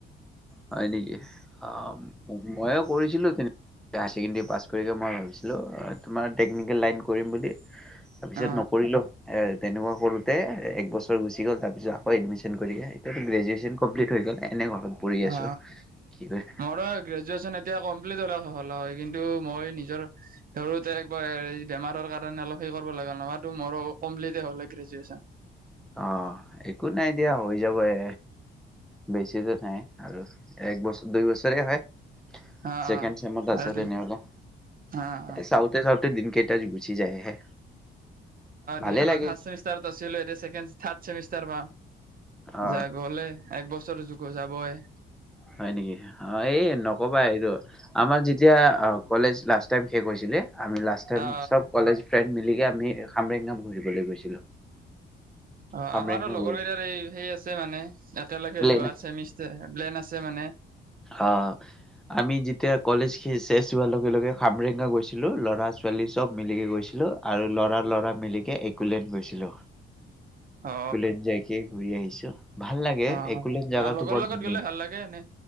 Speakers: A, in the centre; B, on the right.
A: হয় নেকি অ মই কৰিছিলোঁ তেনে হায়াৰ ছেকেণ্ডেৰী পাছ কৰিকৈ মই ভাবিছিলোঁ তোমাৰ টেকনিকেল লাইন কৰিম বুলি। তাৰপিছত
B: অ
A: নকৰিলো এ। তেনেকুৱা কৰোঁতে এক বছৰ গুচি গ'ল তাৰপিছ আকৌ এডমিশ্যনগৈ এতিয়াতো গ্ৰেজুৱেশ্যন কমপ্লিট হৈ গ'ল এনে ঘৰত। পঢ়ি
B: অ
A: আছো কি কয়
B: মো গ্ৰেজুৱেচন এতিয়া কম হয় কিন্তু মই নিজৰ সৰুতে বেমাৰৰ কাৰণে অলপ সেই কৰিব লগা নহয় টো মোৰ কম্প্লিতে হ'লহৈ গ্ৰেজুৱেচন
A: অ একো নাই দিয়া হৈ যাব এ বেছি নাই আৰু এক বছৰ দুই বছৰে হয়।
B: অ
A: ছেকেণ্ড
B: অ
A: চেমত আছে
B: আৰু দুই
A: তেনেহলে।
B: অ অ
A: এ চাতে চাওঁতে দিনকেই। গুচি যায়হে। ভালে
B: দিম
A: লাগে
B: অ ফাৰ্ষমিষ্টাৰত আছিলো এতিয়া ছেকেণ্ড থাৰ্ড চেমিষ্টাৰ পাম
A: অ
B: যাক গ'লে একবছৰ যুগো যাবই।
A: হয় নেকি অঁ এই নক'বা এইটো। আমাৰ যেতিয়া কলেজ লাষ্ট টাইম শেষ কৰিছিলে। আমি লাষ্ট টাইম
B: অ
A: সব কলেজ ফ্ৰেণ্ড মিলিকে আমি খামৰেংগাম ঘূৰিবলৈ গৈছিলো।
B: অ
A: খামৰেঙা
B: আমাৰো লগৰ
A: ঘূৰি
B: কেইটাৰ এই সেই আছে মানে। একেলগে
A: প্লেন
B: যোৱাৰ চেমি প্লেন আছে মানে।
A: অ আমি যেতিয়া কলেজ চেছ হোৱাৰ লগে লগে খামৰেঙা গৈছিলো। লৰা ছোৱালী চব মিলিকে গৈছিলো আৰু লৰা লৰা মিলিকে একলেণ্ড গৈছিলো।
B: অ
A: একলেণ্ড যাই কে ঘূৰি আহিছো। ভাল লাগে
B: অ
A: একলেণ্ড জোগাতটো
B: আৰু লগৰ
A: বৰ
B: লগত
A: ধুনীয়া।
B: গ'লে ভাল লাগে এনে